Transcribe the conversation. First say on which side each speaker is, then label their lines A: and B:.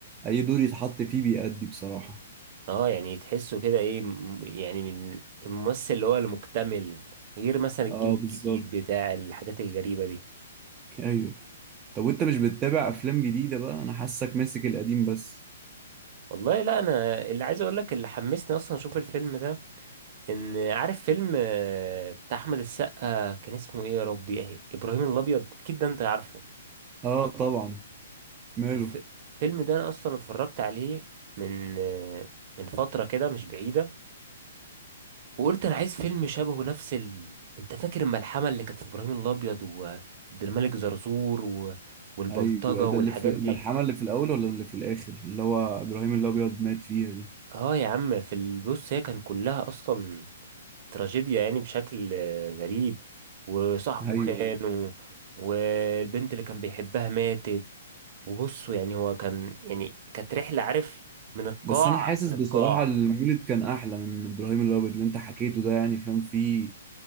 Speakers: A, on the right; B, on the right.
A: اي دور يتحط فيه بيأدي بصراحه
B: اه يعني تحسه كده ايه م- يعني من الممثل اللي هو المكتمل غير مثلا الجيل
A: اه بالظبط
B: الجديد بتاع الحاجات الغريبة دي
A: <laughs> ايوه طب وانت مش بتتابع افلام جديده بقى انا حاسك ماسك القديم بس
B: والله لا انا اللي عايز اقول لك اللي حمسني اصلا اشوف الفيلم ده ان عارف فيلم آه، بتاع احمد السقا كان اسمه ايه يا ربي إيه؟ ابراهيم الابيض اكيد ده انت عارفه
A: اه طبعا ماله
B: الف- الفيلم ده انا اصلا اتفرجت عليه من آه، من فترة كده مش بعيدة وقلت انا عايز فيلم شبهه نفس ال... انت فاكر الملحمه اللي كانت في ابراهيم الابيض وعبد الملك زرزور و... والبلطجه
A: ايوه ده
B: والحاجات
A: اللي في الملحمه
B: دي
A: اللي في الاول ولا اللي في الاخر اللي هو ابراهيم الابيض مات فيها دي
B: اه يا عم في البص هي كان كلها اصلا تراجيديا يعني بشكل آه، غريب وصاحبه
A: ايوه
B: خان
A: أيوة.
B: و... والبنت اللي كان بيحبها ماتت وبصوا يعني هو كان يعني كانت رحله عارف من القاع
A: بس انا حاسس
B: للقاع
A: بصراحه المولد كان احلى من ابراهيم الابيض اللي انت حكيته ده يعني فاهم في